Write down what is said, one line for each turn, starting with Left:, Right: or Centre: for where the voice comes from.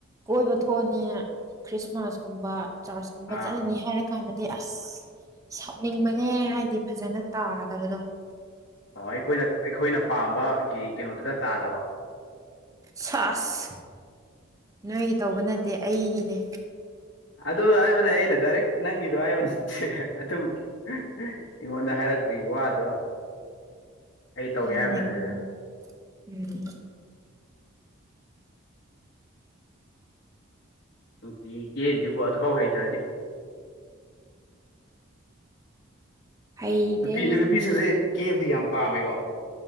Right: ꯀꯣꯏꯕ ꯊꯣꯛꯑꯥꯅꯤ ꯈ꯭ꯔꯤꯁꯃꯥꯁ ꯀꯨꯝꯕ ꯆꯥꯔꯆ ꯀꯨꯝꯕ
Left: ꯑꯥ
Right: ꯆꯠꯂꯅꯤ ꯍꯥꯏꯔꯛ ꯀꯥꯟꯗꯥꯗꯤ ꯑꯁ ꯁꯥꯎꯅꯤꯡꯕꯅꯦ ꯍꯥꯏꯗꯤ ꯐꯖꯥꯅ ꯇꯥꯗꯕꯗꯣ
Left: ꯑꯣ ꯑꯩꯈꯣꯏꯅ ꯑꯩꯈꯣꯏꯅ ꯄꯥꯝꯕꯒꯤ ꯀꯩꯅꯣꯗꯨꯗ ꯇꯥꯗꯕ
Right: ꯁꯥꯁ ꯅꯣꯏꯒꯤ ꯇꯧꯕ ꯅꯠꯇꯦ ꯑꯩꯒꯤꯅꯦ
Left: ꯑꯗꯨ ꯍꯥꯏꯕꯅꯦ ꯑꯩꯅ ꯗꯥꯏꯔꯦꯛ ꯅꯪꯒꯤꯗꯣ ꯍꯥꯏꯕꯅꯦ ꯑꯗꯨꯝ ꯑꯩꯉꯣꯟꯗꯥ ꯍꯥꯏꯔꯛꯄꯒꯤ ꯋꯥꯗꯣ ꯑꯩ ꯇꯧꯒꯦ
Right: ꯈꯪꯉꯤꯅꯦ
Left: ꯍꯥꯏꯕ ꯅꯠꯇꯦꯗ
Right: ꯈꯪꯉꯤ ꯎꯝ
Left: ꯅꯨꯡꯇꯤ ꯀꯦꯔꯤꯗꯨꯕꯨ ꯑꯗꯨꯐꯥꯎ ꯍꯩꯇꯔꯥꯗꯤ
Right: ꯍꯩꯇꯦ
Left: ꯅꯨꯄꯤ ꯅꯨꯄꯤꯁꯤꯡꯁꯦ ꯀꯦꯕꯥꯗꯤ ꯌꯥꯝ ꯄꯥꯝꯃꯦꯀꯣ